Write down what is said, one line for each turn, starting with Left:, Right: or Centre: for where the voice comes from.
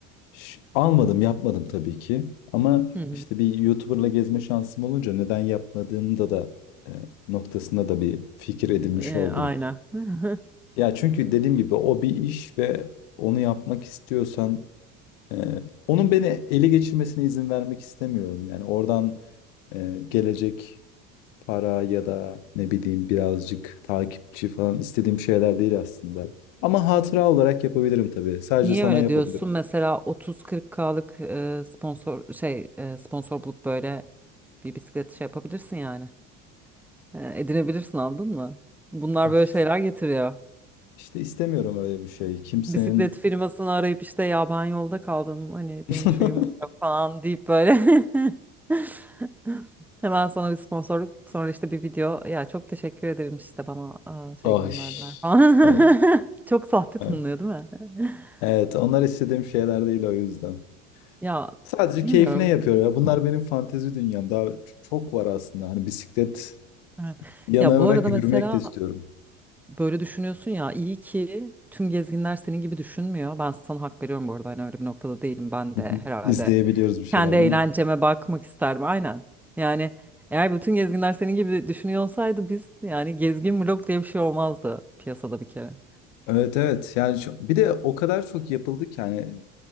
Left: Ş- Almadım, yapmadım tabii ki. Ama
Centre: Hı hı.
Left: işte bir YouTuber'la gezme şansım olunca neden yapmadığımda da e, noktasında da bir fikir edinmiş
Centre: E,
Left: oldum.
Centre: aynen. <laughs>
Left: Ya çünkü dediğim gibi o bir iş ve onu yapmak istiyorsan e, onun beni ele geçirmesine izin vermek istemiyorum. Yani oradan e, gelecek para ya da ne bileyim birazcık takipçi falan istediğim şeyler değil aslında. Ama hatıra olarak yapabilirim tabii. Sadece
Centre: Niye
Left: sana
Centre: öyle
Left: yapabilirim.
Centre: diyorsun? Mesela 30-40K'lık e, sponsor şey e, sponsor bulup böyle bir bisiklet şey yapabilirsin yani. E, edinebilirsin anladın mı? Bunlar
Left: Of,
Centre: böyle şeyler getiriyor.
Left: işte istemiyorum öyle bir şey. Kimsenin...
Centre: Bisiklet firmasını arayıp işte ya ben yolda kaldım hani
Left: <laughs>
Centre: benim şuyum yok falan deyip böyle <laughs> hemen sana bir sponsorluk sonra işte bir video ya çok teşekkür ederim işte bana aa, şey
Left: Ay,
Centre: gönderdiler falan.
Left: ay,
Centre: <laughs> Çok sahte
Left: ay.
Centre: tanınıyor değil mi? <laughs>
Left: Evet, onlar istediğim şeyler değil o yüzden.
Centre: Ya
Left: Sadece
Centre: bilmiyorum.
Left: keyfine yapıyor ya. Bunlar benim fantezi dünyam. Daha ç- çok var aslında. Hani bisiklet
Centre: Evet.
Left: yanarak
Centre: Ya bu arada
Left: yürümek
Centre: mesela
Left: de istiyorum.
Centre: böyle düşünüyorsun ya iyi ki tüm gezginler senin gibi düşünmüyor. Ben sana hak veriyorum bu arada hani öyle bir noktada değilim. Ben
Left: Hı
Centre: de
Left: hı.
Centre: herhalde
Left: İzleyebiliyoruz bir şeyler
Centre: kendi eğlenceme
Left: değil mi?
Centre: bakmak isterim aynen. Yani eğer bütün gezginler senin gibi düşünüyor olsaydı biz yani gezgin blok diye bir şey olmazdı piyasada bir kere.
Left: Evet evet yani şu- bir de o kadar çok yapıldı ki hani